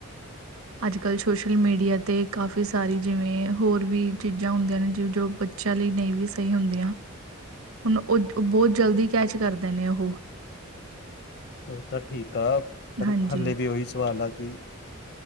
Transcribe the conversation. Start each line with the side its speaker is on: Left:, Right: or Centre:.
Right: ਅੱਜ ਕੱਲ੍ਹ ਸੋਸ਼ਲ ਮੀਡੀਆ ਤੇ ਕਾਫ਼ੀ ਸਾਰੀ, ਜਿਵੇਂ ਹੋਰ ਵੀ ਚੀਜ਼ਾਂ ਹੁੰਦੀਆਂ ਨੇ ਜਿਵੇਂ ਜੋ ਬੱਚਾ ਲਈ ਨਹੀਂ ਵੀ ਸਹੀ ਹੁੰਦੀਆਂ, ਹੁਣ ਉਹ ਬਹੁਤ ਜਲਦੀ ਕੈਚ ਕਰਦੇ ਨੇ ਉਹ।
Left: ਉਹ ਤਾਂ ਠੀਕ ਆ, ਪਰ
Right: ਹਾਂਜੀ।
Left: ਹਲੇੇ ਵੀ ਉਹੀ ਸਵਾਲ ਆ ਕਿ